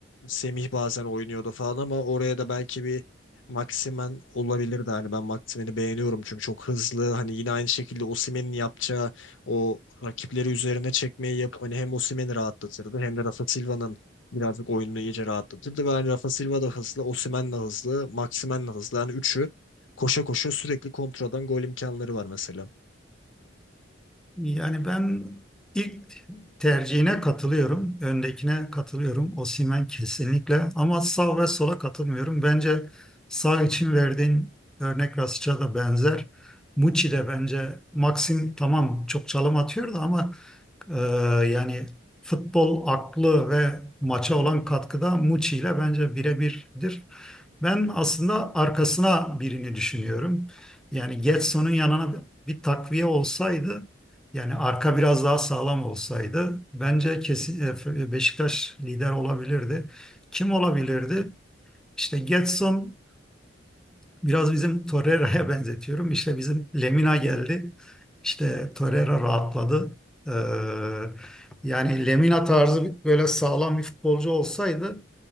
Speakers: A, on the left; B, in the centre.
A: Semih bazen oynuyordu falan ama oraya da belki bir Maximen olabilirdi. Hani ben Maximen'i beğeniyorum çünkü çok hızlı. Hani yine aynı şekilde Osimhen'in yapacağı o rakipleri üzerine çekmeyi yapıp hani hem Osimhen'i rahatlatırdı hem de Rafa Silva'nın birazcık oyununu iyice rahatlatırdı. Ve hani Rafa Silva da hızlı, Osimhen de hızlı, Maximen de hızlı. Yani üçü koşa koşa sürekli kontradan gol imkanları var mesela.
B: Yani ben ilk tercihine katılıyorum. Öndekine katılıyorum. Osimhen kesinlikle. Ama sağ ve sola katılmıyorum. Bence sağ için verdiğin örnek Rasic'a da benzer. Muçi de bence Maxim tamam çok çalım atıyor da ama ee, yani futbol aklı ve maça olan katkıda Muçi ile bence birebirdir. Ben aslında arkasına birini düşünüyorum. Yani Getson'un yanına bir takviye olsaydı, yani arka biraz daha sağlam olsaydı bence kesin e, Beşiktaş lider olabilirdi. Kim olabilirdi? İşte Getson Biraz bizim Torreira'ya benzetiyorum. İşte bizim Lemina geldi. İşte
A: Hı hı.
B: Torreira rahatladı. Ee, yani Lemina tarzı böyle sağlam bir futbolcu olsaydı